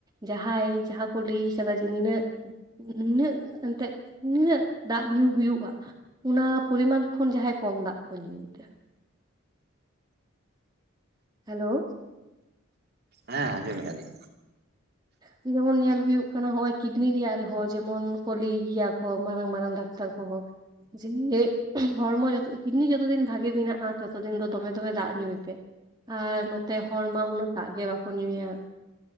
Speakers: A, on the right (about 20°); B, on the right (about 50°).
A: ᱡᱟᱦᱟᱸᱭ ᱡᱟᱦᱟᱸ ᱠᱚ ᱞᱟᱹᱭ ᱟᱠᱟᱫᱟ ᱡᱮ ᱱᱤᱱᱟᱹᱜ ᱱᱤᱱᱟᱹᱜ ᱮᱱᱛᱮᱫ ᱱᱤᱱᱟᱹᱜ ᱫᱟᱜ ᱧᱩ ᱦᱩᱭᱩᱜᱼᱟ ᱾ ᱚᱱᱟ ᱯᱚᱨᱤᱢᱟᱱ ᱠᱷᱚᱱ ᱡᱟᱦᱟᱸᱭ ᱠᱚᱢ ᱫᱟᱜ ᱠᱚ ᱧᱩᱭᱮᱫᱟ ᱾ ᱦᱮᱞᱳ
B: ᱦᱮᱸ ᱟᱸᱡᱚᱢᱮᱫᱼᱟ ᱞᱤᱧ
A: ᱦᱩᱸ ᱡᱮᱢᱚᱱ ᱧᱮᱞ ᱦᱩᱭᱩᱜ ᱠᱟᱱᱟ ᱦᱚᱜᱼᱚᱭ ᱠᱤᱰᱱᱤ ᱨᱮᱭᱟᱜ ᱨᱮᱦᱚᱸ ᱡᱮᱢᱚᱱ, ᱠᱚ ᱞᱟᱹᱭ ᱜᱮᱭᱟ ᱠᱚ ᱢᱟᱨᱟᱝ ᱢᱟᱨᱟᱝ ᱰᱟᱠᱛᱟᱨ ᱠᱚᱦᱚᱸ ᱾ ᱡᱮᱢᱤᱞᱮ ᱦᱚᱲᱢᱚ ᱡᱚᱛᱚ ᱠᱤᱰᱱᱤ ᱡᱚᱛᱚ ᱫᱤᱱ ᱵᱷᱟᱜᱮ ᱢᱮᱱᱟᱜᱼᱟ ᱡᱚᱛᱚ ᱫᱤᱱ ᱫᱚᱢᱮ ᱫᱚᱢᱮ ᱫᱟᱜ ᱧᱩᱭ ᱯᱮ ᱾ ᱟᱨ ᱱᱚᱛᱮ ᱦᱚᱲ ᱢᱟ ᱩᱱᱟᱜ ᱫᱟᱜ ᱜᱮ ᱵᱟᱠᱚ ᱧᱩᱭᱟ ᱾